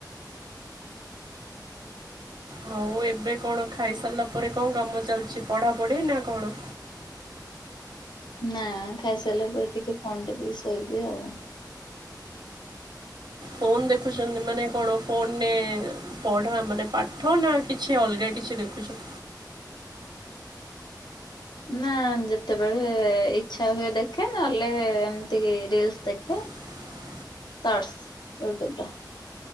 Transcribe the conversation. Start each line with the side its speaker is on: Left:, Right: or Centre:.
Right: ହଉ ଏବେ କଣ ଖାଇସାରିଲା ପରେ କଣ କାମ ଚାଲିଛି ପଢ଼ାପଢ଼ି ନା କଣ?
Left: ନା ଖାଇସାରିଲା ପରେ ଟିକେ ଫୋନ ଦେଖିକି ଶୋଇବି ଆଉ।
Right: ଫୋନ ଦେଖୁଛନ୍ତି ମାନେ କଣ ଫୋନ ନେ ପଢ଼ା ମାନେ ପାଠ ନା କିଛି ଅଲଗା କିଛି ଦେଖୁଛ?
Left: ନା ଯେତେବେଳେ ଇଚ୍ଛା ହୁଏ ଦେଖେ, ନହେଲେ ଏମିତି ରିଲସ୍ ଦେଖେ।
Right: <inaudible>
Left: ଆର୍ଟ୍ସ ୟୁଟ୍ୟୁବର।